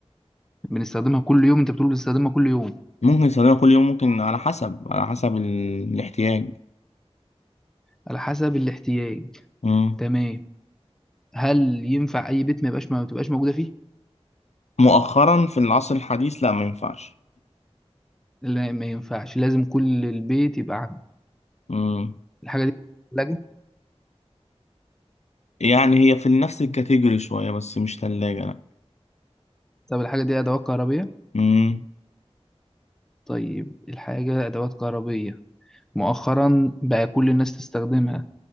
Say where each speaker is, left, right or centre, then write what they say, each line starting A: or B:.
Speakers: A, in the centre; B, on the left.
A: بنستخدمها كل يوم أنت بتقول بنستخدمها كل يوم
B: ممكن تستخدمها كل يوم ممكن على حسب على حسب ال... الاحتياج
A: على حسب الاحتياج
B: مم.
A: تمام هل ينفع أي بيت ما يبقاش ما تبقاش موجودة فيه؟
B: مؤخرا في العصر الحديث لا ما ينفعش
A: لا ما ينفعش لازم كل البيت يبقى عنده
B: مم.
A: الحاجة دي ثلاجة
B: يعني هي في نفس الكاتيجوري شوية بس مش تلاجة لا
A: طب الحاجة دي أدوات كهربية
B: مم.
A: طيب الحاجة أدوات كهربية مؤخرا بقى كل الناس تستخدمها